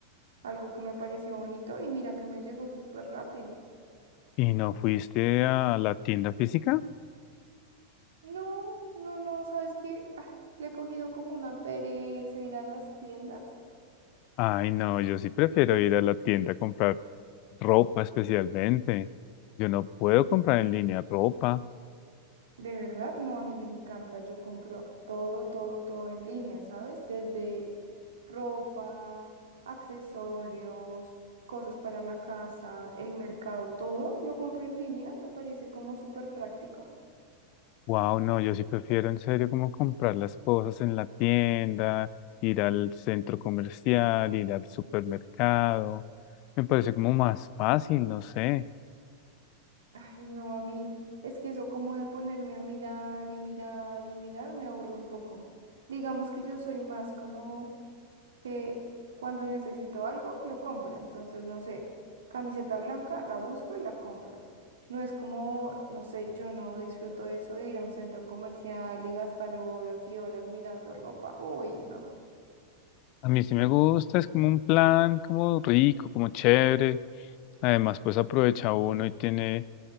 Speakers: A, on the right; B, on the left.
A: algo que me pareció bonito y mira que me llegó súper rápido.
B: ¿Y no fuiste a la tienda física?
A: No, no, no, ¿sabes qué? Ah, le he cogido como una pereza ir a las tiendas.
B: Ay, no, yo sí prefiero ir a la tienda a comprar ropa especialmente. Yo no puedo comprar en línea ropa.
A: De verdad, no, a mí me encanta. Yo compro todo, todo, todo en línea, ¿sabes? Desde ropa, accesorios, cosas para la casa, el mercado, todo lo compro en línea. Me parece como súper práctico.
B: Wow, no, yo sí prefiero en serio como comprar las cosas en la tienda, ir al centro comercial, ir al supermercado. Me parece como más fácil, no sé.
A: Ay, no, a mí, es que eso como de ponerme a mirar y mirar y mirar me aburre un poco. Digamos que yo soy más como que cuando necesito algo, lo compro. Entonces, no sé, camiseta blanca, la busco y la compro. No es como, no sé, yo no disfruto de eso de ir a un centro comercial y gastar horas y horas mirando ropa. Uy, no.
B: A mí sí me gusta, es como un plan como rico, como chévere. Además, pues aprovecha uno y tiene